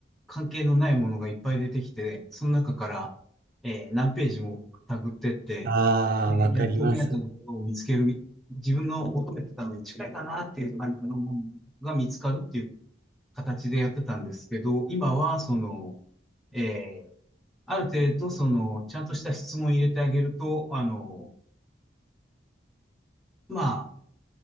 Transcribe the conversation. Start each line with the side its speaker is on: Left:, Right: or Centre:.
Centre: 関係のないものがいっぱい出てきて、その中から、ええ、何ページもタグってって、
Right: ああ、
Centre: ええやっと目当てのものを見つける、
Right: わかります。
Centre: 自分の求めてたのに近いかなっていう感じのものが見つかるっていう形でやってたんですけど、今は、その、ええ、ある程度、その、ちゃんとした質問を入れてあげると、あの、まあ、